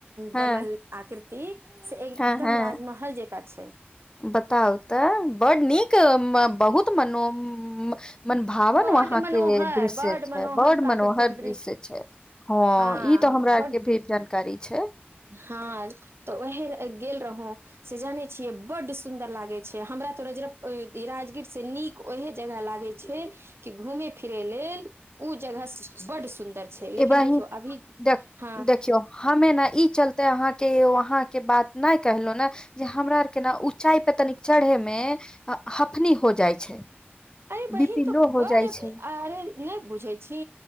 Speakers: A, on the left; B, on the right.
A: हँ
B: बनल आकृति से एकदम
A: हँ हँ
B: राजमहल जेका छै
A: बताउ तऽ बड नीक म बहुत मनो म मनभावन
B: बड
A: वहाँ
B: मनोहर
A: के दृश्य
B: बड
A: छै
B: मनोहर
A: बड
B: प्राकृतिक
A: मनोहर दृश्य छै हँ
B: हँ
A: ई तऽ हमरा
B: बड
A: आर के भी जानकारी छै
B: हँ तऽ ओएह गेल रहौ से जानै छियै बड्ड सुन्दर लागैत छै हमरा त रजरप्प इ राजगीर से नीक ओहे जगह लागे छै कि घूमे फिरे लेल ओ जगह बड सुन्दर छै लेकिन
A: एबाही
B: देखियौ अभी
A: देख
B: हँ
A: देखियौ हमे न ई चलते अहाँके वहाँके बात नहि कहलौं न जे हमरा आरके न ऊँचाइ पे तनिक चढ़े मे हफनी हो जाइ छै
B: अरे बहिन
A: बी पी
B: तऽ
A: लो हो
B: बड
A: जाइ छै
B: आरे नहि बुझै छी